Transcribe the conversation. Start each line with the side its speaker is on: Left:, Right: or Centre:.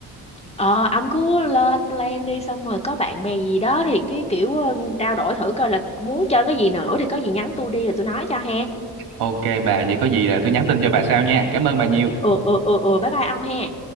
Left: ờ ông cứ lên plan đi xong rồi có bạn bè gì đó thì cái kiểu ờ, trao đổi thử coi là muốn chơi cái gì nữa thì có gì nhắn tôi đi rồi tôi nói cho ha
Right: Ok bà vậy có gì là tôi nhắn tin cho bà sau nha. Cảm ơn bà nhiều.
Left: ừ ừ ừ ừ bye bye ông ha